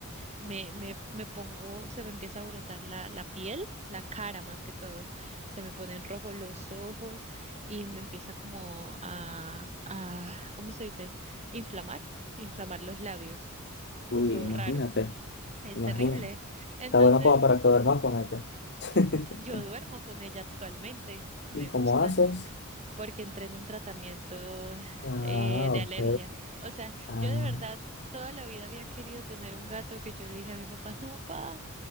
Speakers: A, on the right; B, on the left.
A: me, me, me pongo, se me empieza a brotar la, la piel, la cara más que todo, se me ponen rojos los ojos y me empieza como a, a, ¿cómo se dice? Inflamar, inflamar los labios,
B: uy,
A: todo
B: imagínate,
A: raro, es
B: imagínate.
A: terrible. Entonces,
B: Está bueno como para que duerman con ella. <laughs>
A: yo duermo con ella actualmente, me
B: ¿Y cómo
A: gusta.
B: haces?
A: porque entré en un tratamiento
B: Ah,
A: eh, de
B: ok.
A: alergia. O sea,
B: Ah.
A: yo de verdad toda la vida había querido tener un gato que yo le dije a mi papá, no, papá,